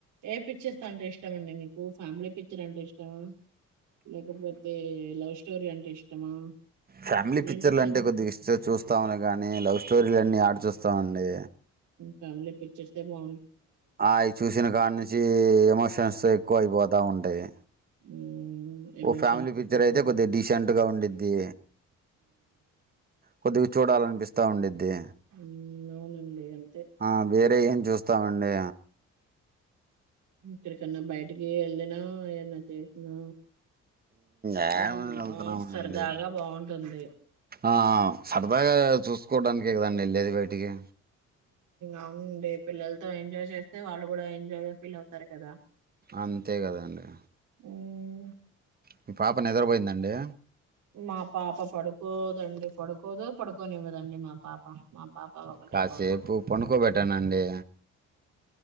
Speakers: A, on the right; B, on the right.
A: ఏ పిక్చర్స్ అంటే ఇష్టమండి మీకు ఫ్యామిలీ పిక్చర్ అంటే ఇష్టమా లేకపోతే లవ్ స్టోరీ అంటే ఇష్టమా
B: ఫ్యామిలీ
A: ఇలాంటి
B: పిక్చర్లు
A: ఫిల్మ్
B: అంటే కొద్దిగా ఇష్ట చూస్తాను కానీ లవ్ స్టోరీలన్నీ ఏడ చూస్తామండి
A: ఫ్యామిలీ పిక్చర్స్ ఏ బా
B: ఆయ్ చూసిన కాడినుం చే ఎమోషన్స్ ఎక్కువ అయిపోతా ఉంటాయి
A: హ్మ్. ఎమోషన్స్
B: ఓ ఫ్యామిలీ
A: పిక్చర్స్
B: పిక్చర్ అయితే
A: హ్మ్.
B: కొద్ది డీసెంట్ గా ఉండి దే కొద్దిగా చూడాలనిపిస్తా ఉండిది
A: హ్మ్. అవునండి. అంతే.
B: ఆ వే అంటే ఏం చూస్తామండి
A: ఇక్కడికన్నా బయటికి వెళ్ళినా ఏన్నా చేసినా
B: ఏమొ
A: ఏదన్నా
B: వెళ్తున్నాము
A: సరదాగా
B: అండి
A: బావుంటుంది.
B: ఆ సరదాగా చూస్ కోడానికి కదండి వెళ్ళేది బయటికి
A: అవునండి పిల్లలతో ఎంజాయ్ చేస్తే వాళ్ళు కూడా ఎంజాయ్ గా ఫీల్ అవుతారు కదా
B: అంతే కదండి
A: హ్మ్.
B: మీ పాప నిద్రపోయిందండి
A: మా పాప పడుకోదండి పడుకోదు పడుకోనివ్వదండి మా పాప మా పాప ఒకటే
B: కాసేపు
A: గోల.
B: పనుకోబెట్టానండి